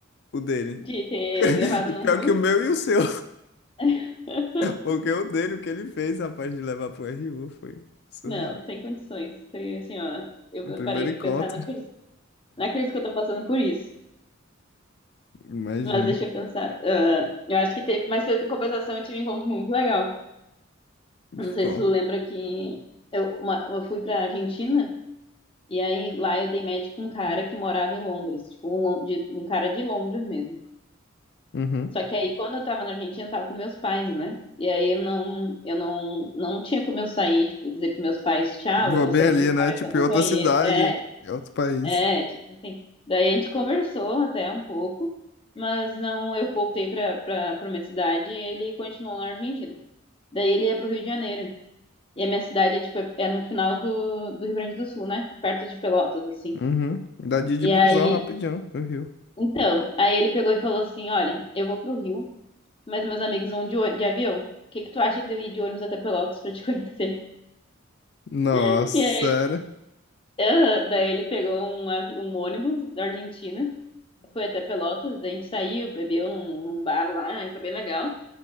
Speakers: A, on the left; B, on the left.
A: o dele.
B: de ter
A: <laughs>
B: levado
A: E pior
B: na Rio.
A: que o meu e o seu.
B: <laughs>
A: Porque o dele, o que ele fez, rapaz, de levar pro RU foi surreal.
B: Não, sem condições. Foi assim, ó. Eu
A: O primeiro
B: parei
A: encontro,
B: pra pensar na crise. Na crise que eu tô passando por isso.
A: imagino.
B: Mas deixa eu pensar. Ah, eu acho que teve. Mas em compensação, eu tive um encontro muito legal. Eu
A: Ficou.
B: Não sei se tu lembra que eu, uma- eu fui pra Argentina. E aí lá eu dei match com um cara que morava em Londres, tipo um, lon- de- um cara de Londres mesmo.
A: Uhum.
B: Só que aí quando eu tava na Argentina, eu tava com meus pais, né? E aí eu não, eu não, não tinha como eu sair, tipo, dizer pros meus pais, tchau,
A: Vou
B: eu vou
A: bem
B: sair
A: ali,
B: com um
A: né?
B: cara
A: Tipo,
B: que eu não
A: em outra
B: conheço.
A: cidade,
B: É,
A: em outro país.
B: é, tipo assim. Daí a gente conversou até um pouco, mas não, eu voltei pra, pra, pra minha cidade e ele continuou na Argentina. Daí ele ia pro Rio de Janeiro. E a minha cidade é, tipo, é é no final do, do Rio Grande do Sul, né? Perto de Pelotas, assim.
A: Uhum. Dá de ir de
B: E
A: busão
B: aí,
A: rapidinho no Rio.
B: Então, aí ele pegou e falou assim: Olha, eu vou pro Rio, mas meus amigos vão de, ô- de avião. O que que tu acha de eu ir de ônibus até Pelotas pra te conhecer?
A: Nossa,
B: <laughs> E aí,
A: sério.
B: aham, daí ele pegou um, avi- um ônibus da Argentina, foi até Pelotas, daí a gente saiu, bebeu num, num bar lá, aí foi bem legal.